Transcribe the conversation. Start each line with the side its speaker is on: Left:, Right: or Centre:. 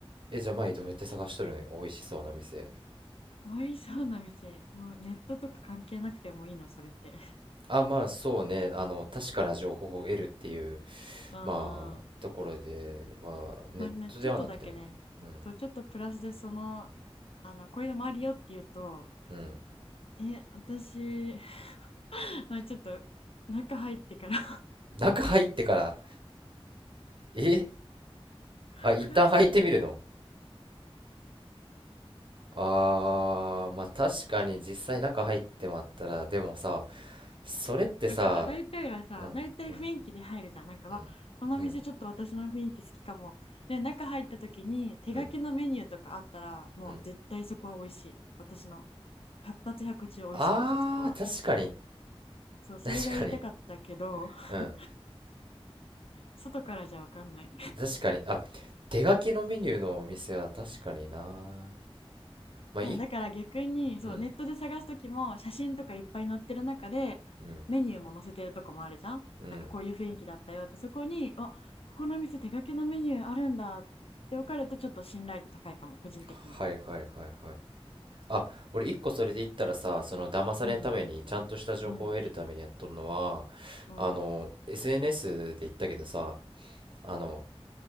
Right: え、じゃあ前どうやって探しとるん美味しそうな店。
Left: 美味しそうな店。もうネットとか関係なくてもいいの、それって。<laughs>
Right: あ、まあそうね。あの、確かな情報を得るっていう、
Left: う
Right: まあ、
Left: ん。
Right: ところでは、ネットではなくても。
Left: まあね、なちょっとだけね。
Right: うん。
Left: と、ちょっとプラスでその、あの、こういうのもあるよって言うと、
Right: うん。
Left: え、私、<laughs> まあちょっと中入ってから
Right: 中入ってから、え
Left: <laughs>
Right: あ、一旦入ってみるのあー、まあ確かに実際中入ってまったら、でもさ、それってさ、
Left: 分かった。大体はさ、
Right: うん、
Left: 大体雰囲気で入るじゃん。
Right: うん、
Left: なんかは、
Right: うん、
Left: わこの店ちょっと私の雰囲気好きかも。
Right: うん、
Left: で、中入った時に手書きのメニューとかあったら、
Right: うん、
Left: もう絶対そこは美味しい。
Right: うん。
Left: 私の百発百中美味しい店、
Right: あー、
Left: そこは。
Right: 確かに。
Left: そう、それが言いたかったけど、
Right: 確かに。うん。
Left: <laughs> 外からじゃ分かんない。
Right: 確かに、あ、手書きのメニューのお店は確かにな。まあ、
Left: だだから逆にそうネットで探すときも写真とかいっぱい載ってる中でメニューも載せてるとこもあるじゃんなんかこういう雰囲気だったよってそこにあここの店手書きのメニューあるんだって分かるとちょっと信頼度高いかも個人的には
Right: い、うん、うん、うん。はいはいはいはい。あ、俺一個それで言ったらさ、その騙されんために、
Left: うん
Right: ちゃんとした情報を得るためにやっとるのは、
Left: うんうん
Right: あの、SNS で言ったけどさ、あの、